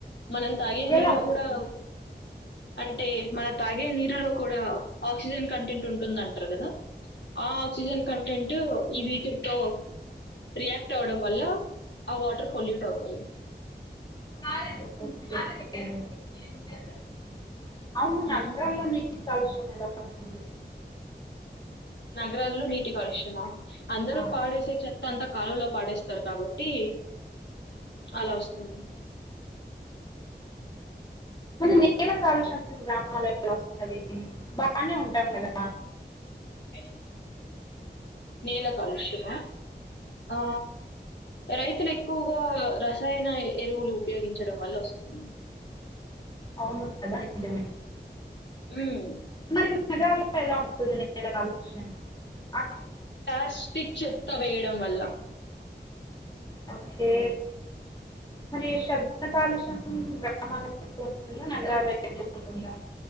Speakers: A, on the left; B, on the left.
A: మనం తాగే
B: ఎలా
A: నీరు
B: అవుతుంది
A: కూడా అంటే మనం తాగే నీరులో కూడా ఆక్సిజన్ కంట కంటెంట్ ఉంటుందంటారు కదా ఆ ఆక్సిజన్ కంటెంట్ ఈ వీటితో రియాక్ట్ అవడం వల్ల ఆ వాటర్ పోల్యూట్ అవుతాయి
B: <unintelligible> అవును నగరాల్లోని
A: ఉమ్.
B: కాలుష్యం ఎలా వస్తుంది
A: నగరల్లో నీటి కాలుష్యమా అందరు
B: ఆ,
A: పాడేస చె తంత కాలంలో పాడేస్తారు కాబట్టి అలా వస్తుంది
B: నేల కాలుష్యం గ్రామల్లో వంది బాగానే ఉంటాం కదా
A: ఎ నేల కాలుష్యమా ఆ రై ఇక్కను ఎక్కువగా రసాయన ఎరువులు ఉపయోగించడం వల్ల వస్తుంది
B: అవును ప్రధా నిజమే
A: ఉమ్,
B: మ మెగా ఎలా ఉ అష
A: ప్లాస్టిక్ చెక్క వేయడం వల్ల
B: ఓకే మరి శబ్ద కాలుషం గ్రామాల ఎ ఉంటుందా నగరాల్లో ఎక్ ఉంటుందా